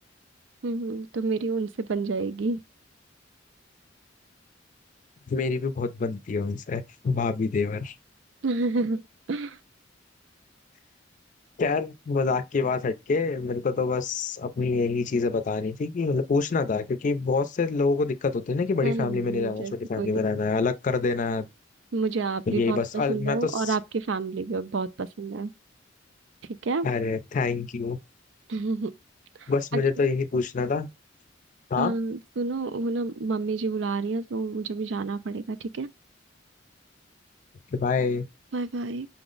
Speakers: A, on the right (about 70°); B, on the left (about 40°).
A: हम्म तो मेरी उनसे बन जाएगी
B: मेरी भी बहुत बनती है उनसे भाभी देवर
A: <laughs>
B: यार मजाक की बात हटके मेरे को तो बस अपनी यही चीजें बतानी थी कि मतलब पूछना था क्योंकि बहुत से लोगों को दिक्कत होती है ना कि बड़ी
A: नहीं
B: फैमिली
A: नहीं
B: में नहीं रहना
A: मुझे ऐसी
B: छोटी फैमिली
A: कोई दिक्कत
B: में रहना है अलग
A: नहीं
B: कर देना है
A: मुझे
B: तो
A: आप
B: ये
A: भी बहुत
B: बस
A: पसंद
B: अ, मैं
A: हो
B: तो स-
A: और आपकी फैमिली भी बहुत पसंद है ठीक है
B: अरे थैंक यू
A: <laughs>
B: बस
A: अच्छा
B: मुझे तो यही पूछना था हाँ
A: अ, सुनो वो ना मम्मी जी बुला रही है तो मुझे भी जाना पड़ेगा ठीक है
B: बाय
A: Bye bye